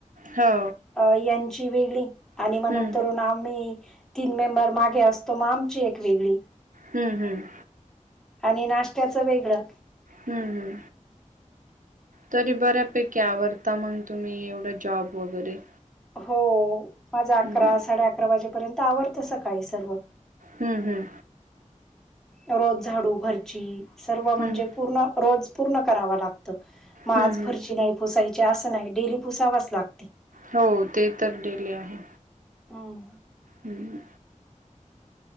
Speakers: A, on the right; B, in the centre.
A: हो.
B: अ यांची वेगळी आणि
A: हम्म
B: म नंतरून आम्ही तीन मेंबर मागे असतो, माग आमची एक वेगळी.
A: हम्म हम्म.
B: आणि नाश्त्याचं वेगळं
A: हूं हूं तरी बऱ्यापैकी आवरता मंग तुम्ही एवढं जॉब वगैरे
B: हो माझं अकरा
A: हम्म
B: साडे अकरा वाजेपर्यंत आवरतं सकाळी सर्व
A: हूं हूं
B: रोज झाडू फरची सर्व म्हणजे
A: हम्म
B: पूर्ण रोज पूर्ण करावा लागत म आज
A: हं, हं.
B: फरशी नाय पुसायची असं नाही डेली पुसावच लागती.
A: हो ते तर डेली आहे.
B: हं
A: हम्मं